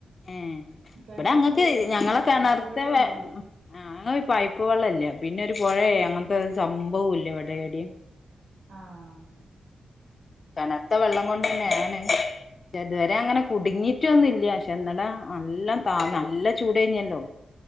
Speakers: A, on the left; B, on the right.
A: ഏഹ്
B: കിണറുണ്ട്
A: ഇവിടെ ഞങ്ങക്ക്
B: പിന്നെ
A: ഞങ്ങള് കിണർത്തെ
B: പൈപ്പ് വെള്ളണ്ട്
A: വെ ഞങ്ങള് പൈപ്പ് വെള്ളല്ലെ പിന്നെ ഒരു പുഴയ അങ്ങനൊരു സംഭവം ഇല്ല ഇവിടെ ഏടെയും
B: ആഹ്
A: തണുത്ത വെള്ളം കൊണ്ട് തന്നെയ ആണ് പക്ഷെ അതുവരെ അങ്ങനെ കുടുങ്ങിട്ടൊന്നുമില്ല <unintelligible> നല്ല താ നല്ല ചൂടെനിയല്ലോ